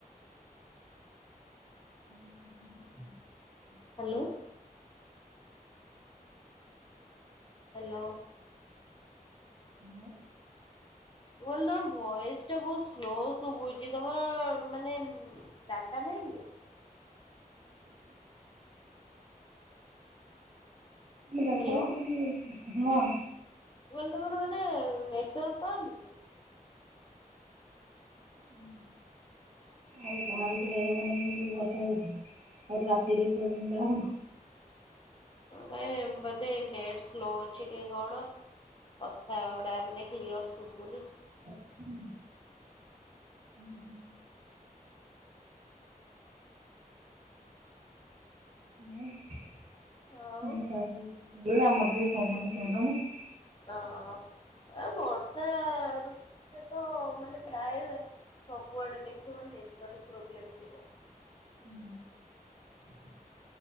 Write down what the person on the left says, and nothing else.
ହାଲୋ ହାଲୋ
ମୁଁ କହିଲି ତମ ଭଏସ ଟା କଣ ସ୍ଲୋ ଶୁଭୁଛି, ତମେ ମାନେ ଡାଟା ନାହିଁ କି?
ହ୍ୟାଲୋ
ମୁଁ କହିଲି ତମର ଗୋଟେ ନେଟୱର୍କ ପାଉନିକି?
ନାଇଁ, ବୋଧେ ନେଟ ସ୍ଲୋ ଅଛିକି କଣ? କଥା ଗୁଡା ମାନେ କ୍ଳିଅର ଶୁଭୁନି।
ଆଉ ହଁ ହଁ ଆ ବର୍ଷା ଋତୁ ରେ ତ ମାନେ ପ୍ରାୟ ସବୁଆଡେ ଦେଖିବ ନେଟୱାର୍କ ପ୍ରୋବ୍ଲେମ୍ ଯିବ।